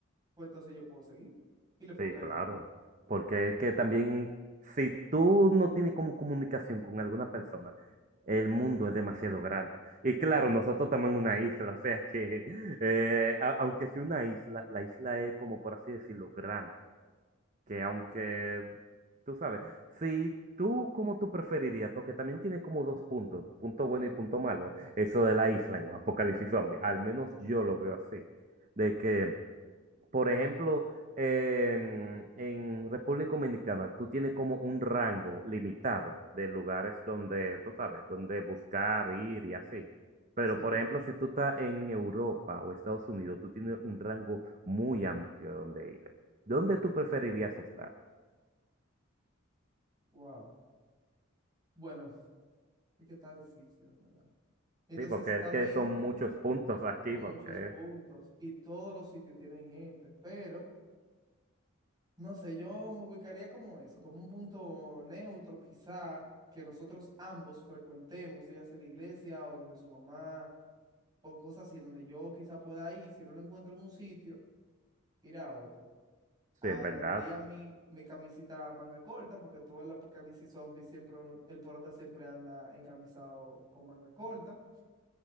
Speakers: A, on the right; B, on the right.
A: pues entonces yo puedo seguir y le puedo
B: Sí,
A: caer
B: claro.
A: atrás.
B: Porque es que también, si tú no tienes como comunicación con alguna persona, el mundo es demasiado grande. Y claro, nosotros estamos en una isla, o sea que, <laughs> eh, a- aunque sea una isla, la isla es como, por así decirlo, grande. Que aunque, tú sabes, si tú, como tú preferirías, porque también tiene como dos puntos, punto bueno y punto malo, eso de la isla en un apocalipsis zombie, al menos yo lo veo así, de que... Por ejemplo, en, en República Dominicana, tú tienes como un rango limitado de lugares donde, tú sabes, donde buscar, ir y así. Pero,
A: Sí,
B: por ejemplo, si tú estás en Europa o Estados Unidos, tú tienes un rango muy amplio donde ir. ¿Dónde tú preferirías estar?
A: wow. Bueno, es que está difícil, en verdad. Entonces
B: Sí, porque
A: también
B: es que son muchos puntos aquí,
A: son
B: porque
A: muchos puntos y todos los sitios tienen gente, pero... No sé, yo me ubicaría como eso, como un punto neutro quizá que nosotros ambos frecuentemos, dígase la iglesia o donde su mamá o cosas así, donde yo quizá pueda ir, si no lo encuentro en un sitio, ir a otro.
B: sí,
A: Agarraría
B: en verdad. <laughs>
A: mi, mi camisita manga corta, porque todo el apocalipsis zombie siempre uno, el prota siempre anda encamisado con manga corta,